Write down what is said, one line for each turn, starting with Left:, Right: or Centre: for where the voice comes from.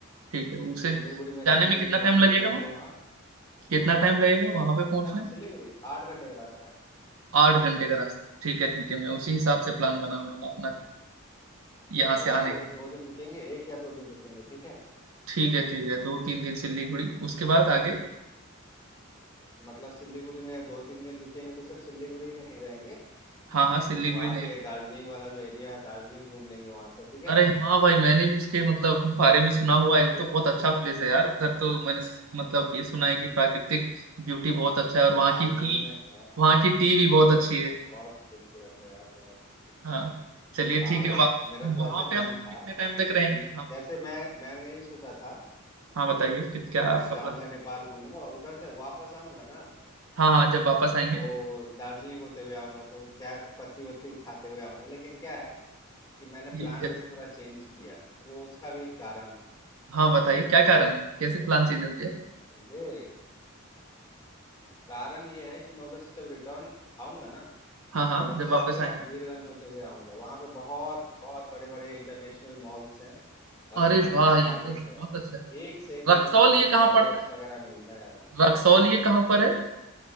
Right: ठीक है उसे
Left: सिलीगुड़ी में रहेंगे
Right: जाने में कितना
Left: एक
Right: टाइम
Left: दो दिन
Right: लगेगा
Left: घूमेंगे
Right: वहाँ
Left: वहाँ
Right: कितना टाइम लगेगा वहां पे
Left: पटना
Right: पहुंचने
Left: से
Right: में
Left: सिलीगुड़ी आठ घंटे का रास्ता है
Right: आठ घंटे का रास्ता ठीक है ठीक है मैं उसी हिसाब से प्लान बनाऊंगा मैं अपना भी यहाँ
Left: वहाँ
Right: से आने
Left: दो
Right: का
Left: दो दिन रुकेंगे एक या दो दिन रुकेंगे ठीक है
Right: ठीक है ठीक है दो तीन दिन सिलीगुड़ी उसके बाद आगे
Left: मतलब सिलीगुड़ी में दो तीन दिन रुकेंगे तो सिर्फ सिलीगुड़ी ही नहीं रहेंगे
Right: हाँ हाँ सिलीगुड़ी
Left: वहाँ
Right: नहीं
Left: पे
Right: रही
Left: दार्जिलिंग वाला जो एरिया है दार्जिलिंग घूम लेंगे वहाँ से ठीक है
Right: अरे हाँ भाई मैंने भी उसके मतलब बारे में सुना हुआ है वो तो बहुत अच्छा प्लेस है यार उधर तो मैंने स- मतलब ये सुना है कि प्राकृतिक ब्यूटी बहुत अच्छा है और वहाँ
Left: दार्जिलिंग
Right: की टी
Left: में हाँ
Right: वहाँ की टी भी बहुत अच्छी है
Left: बहुत खूबसूरत है यार बहुत खूबसूरत
Right: हाँ चलिए
Left: हाँ
Right: ठीक है
Left: वो
Right: वहाँ
Left: मेरा तो
Right: वहां
Left: वैसे
Right: पे हम
Left: मन था
Right: कितने टाइम तक
Left: कि
Right: रहेंगे हाँ
Left: जैसे मैं मैंने ये सोचा था
Right: हाँ बताइए कि क्या
Left: कि
Right: आपका
Left: मैं जाऊंगा
Right: प्लान
Left: नेपाल घूमूंगा और उधर से वापस आऊंगा ना
Right: हाँ हाँ जब वापस आएंगे
Left: तो दार्जिलिंग होते हुए आऊंगा तो क्या है, पत्ती वत्ती उठाते हुए आऊंगा लेकिन क्या है कि मैंने
Right: ये
Left: प्लान
Right: भी
Left: में
Right: अच्छा-
Left: थोड़ा चेंज किया वो उसका भी एक कारण है
Right: हाँ बताइए क्या कारण है कैसे प्लान चेंज हो गया
Left: समझे कारण ये है कि मैं उधर से जब रिटर्न आऊंगा ना
Right: हाँ हाँ
Left: तो रक्सौल
Right: जब वापस
Left: और
Right: आएंगे
Left: बीरगंज होते हुए आऊंगा वहां पे बहुत बहुत बड़े बड़े इंटरनेशनल मॉल्स हैं और
Right: अरे
Left: इंटरनेशनल
Right: वाह ये
Left: मार्केट
Right: तो बहुत
Left: है वहाँ
Right: अच्छा
Left: एक
Right: है
Left: से एक
Right: रक्सौल
Left: इंटरनेशनल
Right: ये कहाँ
Left: गैजेट्स
Right: पड़ता है
Left: वगैरह मिलता है यार वहाँ
Right: रक्सौल ये कहाँ पर है